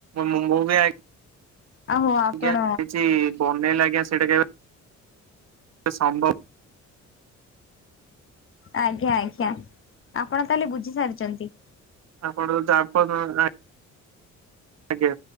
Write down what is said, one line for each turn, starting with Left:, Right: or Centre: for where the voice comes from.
Right: ମୁଁ ବି ଆଜ୍ଞା
Left: ଆହୋ ଆପଣ
Right: କିଛି। ବନେଇଲେ ଆଜ୍ଞା ସେଇଟା କେବେ <inaudible> ସମ୍ଭବ।
Left: ଆଜ୍ଞା, ଆଜ୍ଞା ଆପଣ ତାହେଲେ ବୁଝି ସାରିଛନ୍ତି।
Right: ଆପଣ ଯଦି ଆପଣ <unintelligible> ଆଜ୍ଞା,